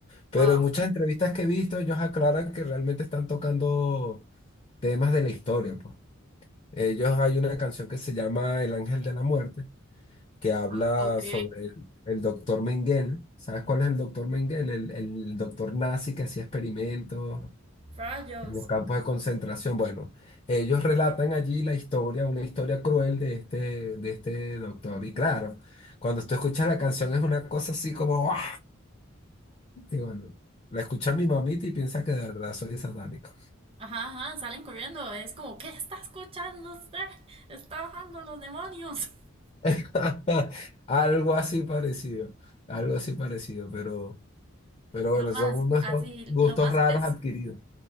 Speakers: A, on the left; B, on the right.
A: pero
B: Wow.
A: en muchas entrevistas que he visto ellos aclaran que realmente están tocando temas de la historia, pues. Ellos hay una canción que se llama El Ángel de la Muerte, que habla
B: Ah, ok.
A: sobre el, el doctor Mengele. ¿Sabes cuál es el doctor Mengele? El, el doctor nazi que hacía experimentos.
B: Rayos.
A: en los campos de concentración. Bueno, ellos relatan allí la historia, una historia cruel de este, de este doctor. Y claro, cuando tú escuchas la canción es una cosa así como, ¡ah! Y bueno, la escucha mi mamita y piensa que de verdad soy satánico.
B: Ajá, ajá, salen corriendo. Es como, ¿qué está escuchando usted? Está bajando los demonios. <laughs>
A: <laughs> Algo así parecido, algo así parecido, pero, pero
B: Lo
A: bueno,
B: más,
A: son nuestros
B: así,
A: gustos
B: lo más
A: raros
B: pes,
A: adquiridos.